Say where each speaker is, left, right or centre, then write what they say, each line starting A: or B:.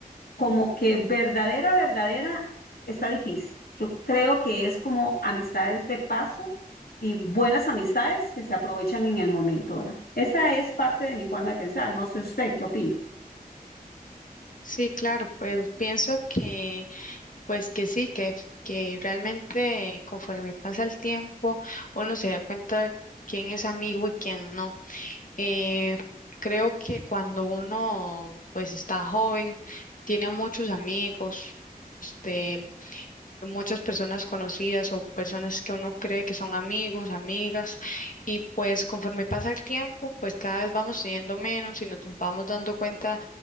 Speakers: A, on the left; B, on the left.
A: como que verdadera, verdadera, está difícil. Yo creo que es como amistades de paso y buenas amistades que se aprovechan en el momento, ¿verdad? Esa es parte de mi forma de pensar. No sé usted, ¿qué opina?
B: Sí, claro, pues pienso que pues que sí, que, que realmente conforme pasa el tiempo uno se da cuenta quién es amigo y quién no. Eh, creo que cuando uno pues está joven, tiene muchos amigos, este, muchas personas conocidas o personas que uno cree que son amigos, amigas, y pues conforme pasa el tiempo, pues cada vez vamos teniendo menos y nos vamos dando cuenta